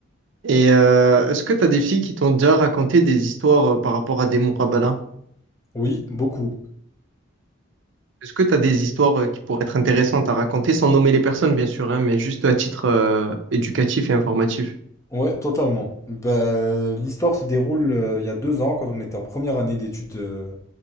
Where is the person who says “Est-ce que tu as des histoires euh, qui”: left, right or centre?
Right